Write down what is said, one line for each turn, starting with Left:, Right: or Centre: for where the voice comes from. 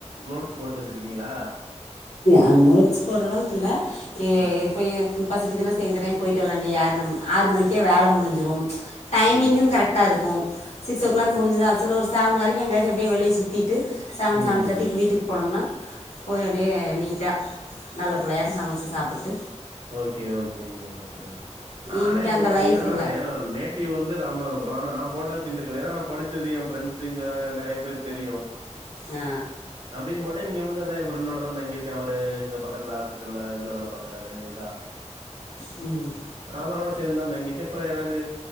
Right: நோட்ஸ் போட்டு வச்சிருக்கீங்களா
Left: ஆ நோட்ஸ் போட்ற அளவுக்கு இல்ல ஏ
Right: ஆ.
Left: எப்போ எப் பசிக்குதுன்னா சேரி இந்த டைம் போயிட்டு வல்லாண்டி யாறு நம் ஆறு மணிக்கே வேல முடிஞ்சிரும் டைமிங்கூ
Right: சரி, சரி.
Left: கரெக்டா இருக்கூ சிக்ஸ்
Right: கண்டிப்பா,
Left: ஓ கிளாக் முடிஞ்சுதா
Right: கண்
Left: சே ஒரு செவன் வரைக்கூ எங்கயாச்சு அப்பிடியே வெளிய சுத்திட்டு செவன்
Right: ம்.
Left: செவன் தேர்டிக்கு வீட்டுக்கு போனோம்னா போயி அப்பிடியே நீட்டா நல்ல புள்ளையாட்ட சமைச்சி சாப்புட்டு
Right: ஓகே ஓக்கேங்க ஓக்கேங்க நானே
Left: இங்கே
Right: இப்ப
Left: அந்த
Right: பார்த்தீங்ன்னா
Left: லைஃப்
Right: நா
Left: இல்லை
Right: ஏ நேட் டிவ் வந்து ராமநாதபுரோ ஆனா நா போட்டத் திண்டுக்கல் ஏன்னா நா படிச்சது என் ஃப்ரெண்ட்ஸுங்க நெறயா பேர் தெரியூ
Left: ஆ
Right: அப்பிடின்னு போட்டு இங்க வந்து இந்தா என் ஃப்ரண்டோட தா தங்கிருக்கே அவரு எங்க பக்கத்துல ஹாஸ்பிட்டல்ல இதுல வேல பாக்குறாரு இதா
Left: ம்
Right: அவரோட சேர்ந் தா தங்கி இருக்கே இப்ப எனக்கு